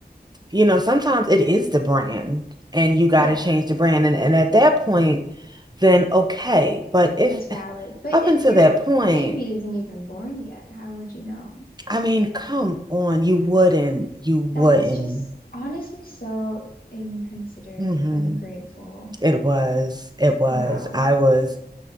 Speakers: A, on the right; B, on the left.
A: you know, sometimes it is the brand and you got
B: Yeah,
A: to change the brand. And, and at that point, then okay. But if
B: that's valid. But
A: up
B: if
A: until
B: your
A: that point,
B: baby isn't even born yet, how would you know?
A: I mean, come on, you wouldn't, you wouldn't.
B: That is just honestly so inconsiderate,
A: hmm
B: ungrateful.
A: It was, it was.
B: Wow.
A: I was,